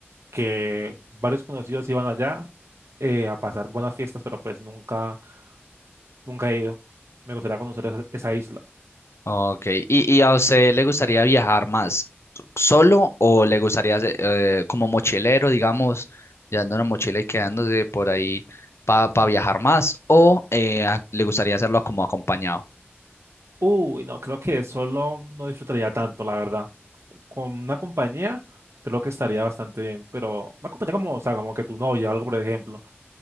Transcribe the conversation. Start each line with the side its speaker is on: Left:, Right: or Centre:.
Right: que varios conocidos iban allá eh, a pasar buenas fiestas, pero pues nunca, nunca he ido. Me gustaría conocer esa, esa isla.
Left: Ok, ¿Y, y a usted le gustaría viajar más solo o le gustaría se- eh, como mochilero, digamos, llevando una mochila y quedándose por ahí para viajar más o eh, a- le gustaría hacerlo como acompañado?
Right: Uy, no, creo que solo no disfrutaría tanto, la verdad. Con una compañía, creo que estaría bastante bien, pero una compañía como, o sea, como que tu novia o algo, por ejemplo.